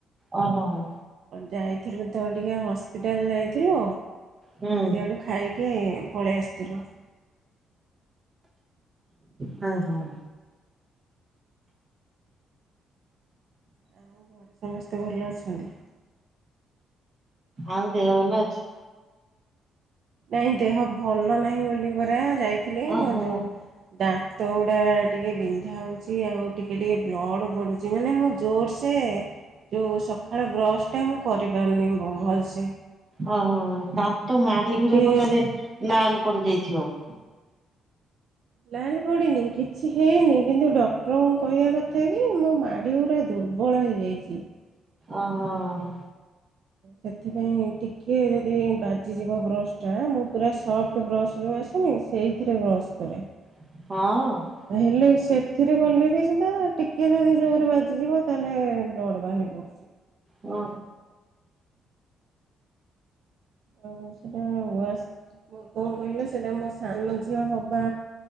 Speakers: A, on the right (about 40°); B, on the right (about 65°).
A: ଓ ହୋ ହୋ।
B: ଯାଇଥିଲୁ ତ ଟିକେ ହସ୍ପିଟାଲ ଯାଇଥିଲୁ
A: ହୁଁ।
B: ସିଆଡୁ ଖାଇକି। ପଳେଇ ଆସିଥିଲୁ।
A: ହଉ ହୁଁ।
B: ଆଉ ଘରେ ସମସ୍ତେ ଭଲ ଅଛନ୍ତି।
A: ଆଉ ଦେହ ଭଲ ଅଛି।
B: ନାଇଁ ଦେହ ଭଲ ନାହିଁ ବୋଲି ପରା ଯାଇ। ଥିଲି
A: ଓହୋ
B: ମୋ ଯୋଉ ଦାନ୍ତ ଗୁଡା ଟିକେ। ବିନ୍ଧା ହଉଛି ଆଉ ଟିକେ ଟିକେ ବ୍ଲଡ଼୍ ପଡ଼ୁଛି ମାନେ ମୁଁ ଜୋରସେ। ଯୋଉ ସକାଳେ ବ୍ରଶ ଟା ମୁଁ କରିପାରୁନି ଭଲସେ।
A: ଓହୋ ଦାନ୍ତ ମାଡି
B: ଟିକେ
A: ଗୁଡାକ ତାହେଲେ ଲାଲ ପଡିଯାଇଥିବ।
B: ଲାଲ ପଡନି କିଛି ହେଇନି କିନ୍ତୁ ଡକ୍ଟରଙ୍କୁ କହିବା କଥା କି ମୋ ମାଡିଗୁରା ଦୁର। ଦୁର୍ବଳ ହେଇବଯାଇଛି।
A: ଓହୋ।
B: ସେଥିପାଇଁ ଟିକିଏ ଯଦି ବାଜିଯିବ ବ୍ରସ୍ଟା ମୁଁ ପୁରା ସଫ୍ଟ ବ୍ରସ୍ର ରୁ। ସେଇଥିରେ ବସ୍ କରେ।
A: ହଁ।
B: ହେଲେ ସେଥିରେ କଲେ ବି ସୁଧା ଟିକେ ଯଦି ଜୋର ବାଜିଯିବ ତାହେଲେ ବ୍ଲଡ଼୍ ବାହାରି ପଡ଼ୁଛି।
A: ହଁ
B: ଓ ସେଟା ୱା ସ। କଣ କହିଲ ସେଇଟା ମୋ ସାନ ଝିଅ ହବା